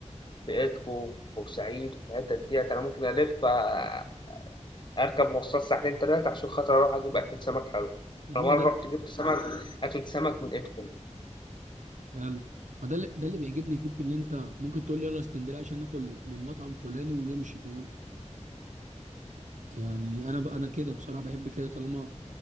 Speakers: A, on the left (about 40°); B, on the right (about 85°).
A: في إيدكو، في بورسعيد، في الحتت ديّة، أنا ممكن ألِف آآ أركب مواصلات ساعتين 3 عشان خاطر أروح أجيب أكلة سمك حلوة،
B: يا عم
A: أنا مرّة
B: ده ال-
A: رُحت جِبت سمك أكلة سمك من إيدكو،
B: حلو ما ده اللي ده اللي بيعجبني فيك اللي انت ممكن تقول لي يلا اسكندريه عشان ناكل من مطعم فلاني ونمشي فاهم يعني انا بقى انا كده بصراحه بحب كده طالما